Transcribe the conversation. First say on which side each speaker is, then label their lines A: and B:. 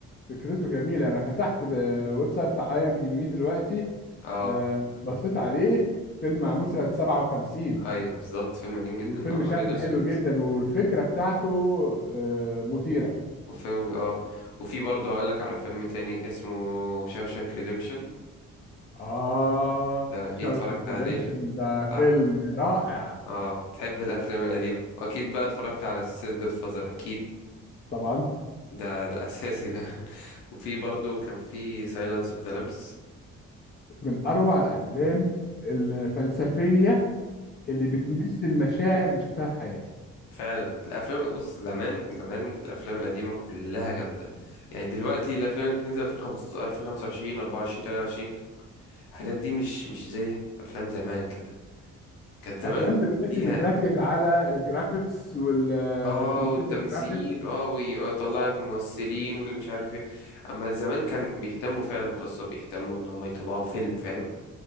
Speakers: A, on the left; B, on the left.
A: فكرته جميلة أنا فتحت ب- ويب سايت بتاع اي ام دي بي دلوقتي
B: اه
A: آه، بصيت عليه فيلم معمول سنة 57
B: ايوه بالظبط فيلم قديم
A: والفيلم
B: جدا اه
A: شكله
B: ابيض واسود
A: حلو جدا والفكرة بتاعته آه، مثيرة
B: وفيلم اه وفي برضه هقول لك على فيلم تاني اسمه شاوشانك ريديمشن
A: آه
B: ده اكيد
A: شوشنك
B: اتفرجت عليه
A: ريدمشن ده فيلم
B: صح
A: رائع
B: اه تحب الافلام القديمة واكيد بقى اتفرجت على سلسلة جاد فازر اكيد
A: طبعا
B: ده ده اساسي ده <laughs> وفي برضه كان في سايلانس اوف ذا لامبس
A: من أروع الأفلام الفلسفية اللي بتمثل المشاعر اللي شفتها في حياتي
B: فعلا الافلام بص زمان زمان الافلام القديمه كلها جامده يعني دلوقتي الافلام اللي بتنزل 2015 2025 24 23 الحاجات دي مش مش زي افلام زمان كده كانت زمان
A: أفلام دلوقتي
B: ليها
A: بتركز على الجرافيكس والكمبيوتر
B: اه والتمثيل
A: جرافيكس
B: اه ويطلع
A: آه
B: لك الممثلين واللي مش عارف ايه اما زمان كان بيهتموا فعلا بقصه بيهتموا ان هم يطلعوا فيلم فاهم